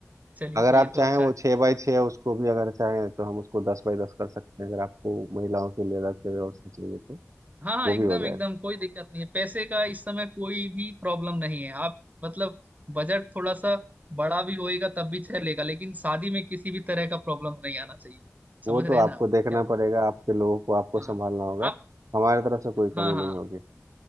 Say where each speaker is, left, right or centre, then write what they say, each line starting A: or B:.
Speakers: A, on the right; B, on the right.
A: चलिए
B: अगर आप
A: ये तो
B: चाहें
A: अच्छा
B: वो
A: है
B: छः बाई छः उसको भी अगर चाहें तो हम उसको दस बाई दस कर सकते हैं अगर आपको महिलाओं के लिए अलग से व्यवस्था चाहिए तो
A: हाँ हाँ
B: वो
A: एकदम
B: भी हो जाएगा
A: एकदम कोई दिक्कत नहीं है पैसे का इस समय कोई भी प्रॉब्लम नहीं है आप मतलब बजट थोड़ा सा बड़ा भी होएगा तब भी चलेगा लेकिन शादी में किसी भी तरह का प्रॉब्लम नहीं आना चाहिए
B: वो
A: समझ
B: तो
A: रहे
B: आपको
A: हैं ना आप
B: देखना
A: क्या बोल
B: पड़ेगा आपके लोगों को आपको
A: रहे
B: संभालना
A: हैं हाँ
B: होगा
A: आप
B: हमारे तरफ से कोई
A: हाँ
B: कमी
A: हाँ
B: नहीं होगी